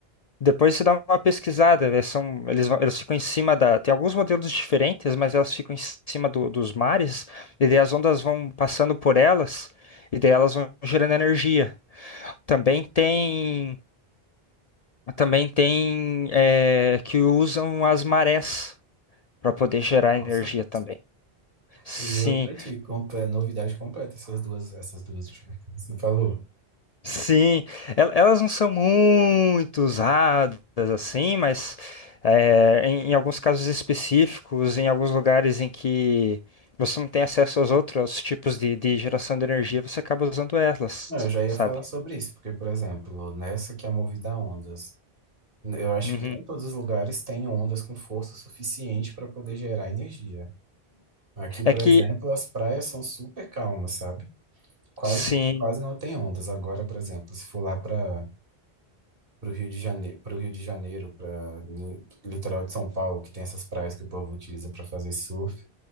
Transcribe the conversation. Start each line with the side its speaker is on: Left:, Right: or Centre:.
Left: Depois você dá uma pesquisada, elas são, eles, vão- elas ficam em cima da. Tem alguns modelos diferentes, mas elas ficam em cima do- dos mares, e daí as ondas vão passando por elas, e daí elas vão gerando energia. Também tem, também tem é, que usam as marés para poder gerar
Right: Nossa,
Left: energia também. Sim.
Right: eu juro pra ti, comple- novidade completa essas duas, essas duas últimas que você falou.
Left: Sim, el- elas não são muito usadas assim, mas é, em, em alguns casos específicos, em alguns lugares em que você não tem acesso aos outros tipos de, de geração de energia, você acaba usando elas,
Right: Não, eu já ia
Left: sabe?
Right: falar sobre isso, porque, por exemplo, nessa que é movida a ondas, eu acho
Left: Uhum.
Right: que nem todos os lugares têm ondas com força suficiente para poder gerar energia. Aqui, por
Left: É que,
Right: exemplo, as praias são super calmas, sabe? Quase,
Left: sim,
Right: quase não tem ondas. Agora, por exemplo, se for lá para para o Rio de Janeiro, para Rio de Janeiro, para litoral de São Paulo, que tem essas praias que o povo utiliza para fazer surf,